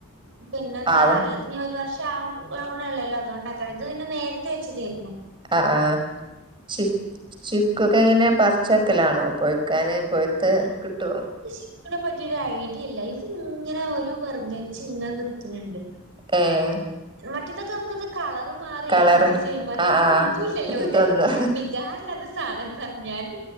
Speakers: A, on the right; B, on the right.
A: പിന്നെന്താ
B: ആവ
A: വേറെള്ളത് ഇനി ഒ രു വർഷാവ ആവണൊള്ളോല്ലോ അതുകൊണ്ടാക്കാരം ഇത് പിന്നെ നേരത്തെ വെച്ചതേരുന്നു
B: ആഹ് ആ ഹ്ശ ചിക്കു ഒക്കെ എങ്ങനെ പറിച്ചെക്കലാണോ പഴുക്കാന് പഴുത്ത് കിട്ടുവോ
A: ഇക്ക് ചിക്കുനെ പറ്റിയൊരു ഐഡിയ ഇല്ല ഇത് ഇങ്ങനെ ഒരു വെറങ്ങലിച്ച് ഇങ്ങനെ നിക്ക്ണ് ണ്ട്.
B: ഏഹ്
A: മറ്റേതൊക്കെ നമുക്കത് കളർ മാറെ
B: കളറ്
A: താവെ ചെയ്യു പറാ
B: ആഹ്
A: ഇതൊന്നുല്ലല്ലോ.
B: ആഹ് ഇതൊന്ന്
A: വികാരില്ലാത്ത സാധനം ന്ന് പറിം ഞാന്